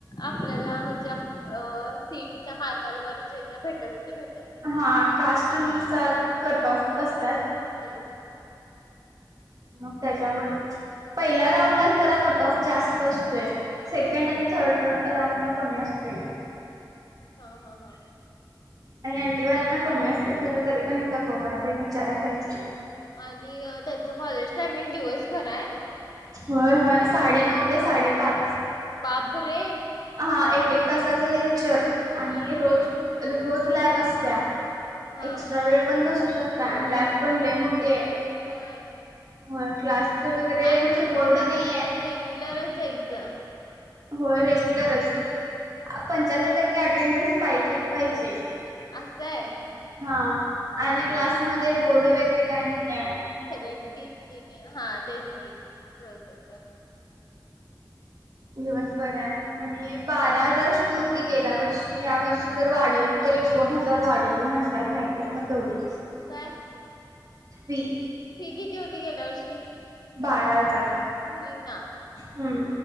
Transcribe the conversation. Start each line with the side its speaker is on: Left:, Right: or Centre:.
Left: आपल्याला म्हणजे आप अ सीईटीच्या मार्गांवर जेथ भेटेल तिथं भेटल
Right: हा कास्टनुसार कटऑफ असत्यात.
Left: हम्म
Right: मग त्याच्यावर पहिल्या राऊंडलाच जरा कटऑफ जास्त असतोय. सेकंड
Left: हा हा
Right: आणि थर्ड राऊंडला कमी असतोय.
Left: हा हा हा
Right: आणि ॲन्टीवाल्यांना कमी असेल खर तरी पण एकदा बघायलाच पायजे विचाराय पायजे
Left: आणि त्यांच कॉलेज टायमिंग दिवसभराय
Right: होय होय साडेनऊ ते साडेपाच
Left: आहे बापरे
Right: हा एक एक तासाचं लेक चर आणि
Left: हा
Right: रोज रोज लॅब असत्या
Left: हा
Right: एक्स्ट्रा वेळ पण बसु शकता आणि लॅब पण लय मोठीय.
Left: होय.
Right: होय क्लास वगैरे
Left: आणि
Right: म्हणजे बोर्ड
Left: तिथ
Right: नाही आहे.
Left: रेग्युलरच जायचं.
Right: होय रेग्युलरच, पंच्याहत्तर टक्के अटेंडन्स पाहिजेच पाहिजे.
Left: असं आहे
Right: हा आणि
Left: बाई
Right: क्लास मध्ये बोर्ड वगैरे काही नाहीये.
Left: सगळे डिजिटल हा तेच की प्रोजेक्ट.
Right: दिवस बर आहे आणि बारा हजार होती गेल्या वर्षी या वर्षी जर वाढवली तर एक दोन हजार वाढवतो म्हटलात नाही तर मग तेवढीच.
Left: काय
Right: बी
Left: फी किती होती गेल्या वर्षी?
Right: बारा हजार
Left: मुलींना
Right: हम्म